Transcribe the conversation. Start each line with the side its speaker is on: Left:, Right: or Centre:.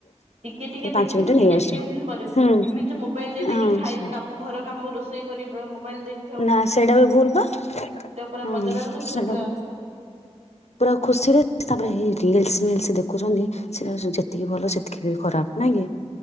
Right: ଟିକେ ଟିକେ
Left: ପାଞ୍ଚ
Right: ଦେଖିବୁ
Left: ମିନିଟରେ
Right: ଟିକେ
Left: ନେଇ ଆସୁ
Right: ଟିକେ ଏମତି କରିବୁ
Left: ହୁଁ
Right: ଏମିତି ଯୋଉ ମୋବାଇଲ ଦେଇ
Left: ହଁ
Right: ଦେଇକି ଖାଇ କାମ ଘର କାମ ରୋଷେଇ କରିବ ମୋବାଇଲ ଦେଇ ।
Left: ନା ସେଇଟା ବି ଭୁଲ ବା
Right: ପୁରା
Left: ହଁ
Right: କରିଦେଲା ବେଳକୁ ଛୁଆ
Left: ସେଟା
Right: ପୁରା
Left: ବି ପୁରା ଖୁସିରେ ତାପରେ ହେଇ । ରିଲିସ ମିର୍ଲସ ଦେଖୁଛନ୍ତି ସେଟା ଯେତିକି ଭଲ ସେତିକି ବି ଖରାପ ନାଇଁ କି?